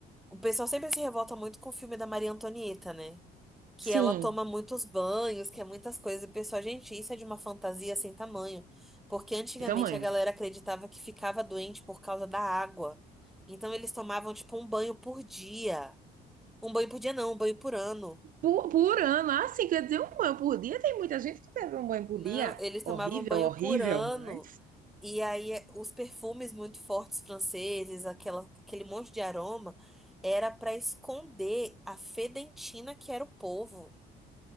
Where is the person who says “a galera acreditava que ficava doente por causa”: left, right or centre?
Centre